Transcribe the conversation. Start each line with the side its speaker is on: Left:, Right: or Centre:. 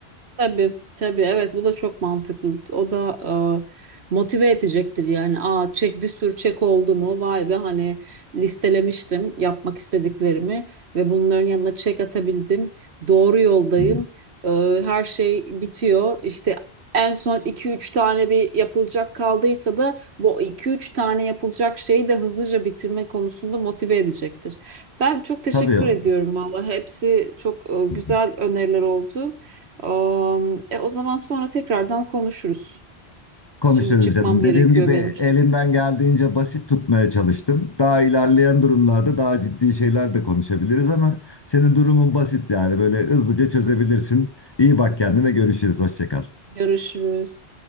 Right: Tabii, tabii evet bu da çok mantıklı. O da e, motive edecektir yani. Aa çek bir sürü çek oldu mu? Vay be hani listelemiştim yapmak istediklerimi ve bunların yanına çek atabildim. Doğru yoldayım.
Left: Hı hı.
Right: E, her şey bitiyor. İşte en son iki üç tane bir yapılacak kaldıysa da bu iki üç tane yapılacak şeyi de hızlıca bitirme konusunda motive edecektir. Ben çok teşekkür
Left: Tabii.
Right: ediyorum valla. Hepsi çok e, güzel
Left: <laughs>
Right: öneriler oldu. Am, e, o zaman sonra tekrardan konuşuruz.
Left: Konuşuruz
Right: Şimdi çıkmam
Left: canım.
Right: gerekiyor
Left: Dediğim gibi
Right: benim çünkü.
Left: elimden geldiğince basit tutmaya çalıştım. Daha ilerleyen durumlarda daha ciddi şeyler de konuşabiliriz ama senin durumun basit yani böyle hızlıca çözebilirsin. İyi bak kendine görüşürüz. Hoşça kal.
Right: Görüşürüz.